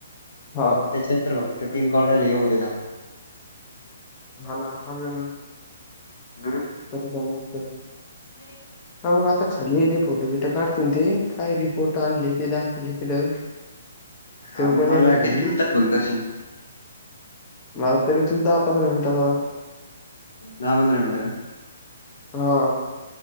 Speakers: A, on the left (about 25°); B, on the left (about 60°).
A: हा
B: आ, त्याच्यानंतर फक्त तीन कॉल राहिले येऊ द्या थांब.
A: हाना चालेल.
B: हम्म.
A: परत जावं लागतंय?
B: नाही.
A: हा मग आता खाली इले फोटो-बिटो काढतीन ते, काय रिपोर्ट आणले ते दाखेले तिथं.
B: हा
A: ते
B: मग
A: पण
B: मला
A: येले खाली
B: किती मिनिटात फोन करशील?
A: मला तरी इथून दहा -पंधरा मिनिट.
B: दहा -पधरा मिनट का?
A: हा.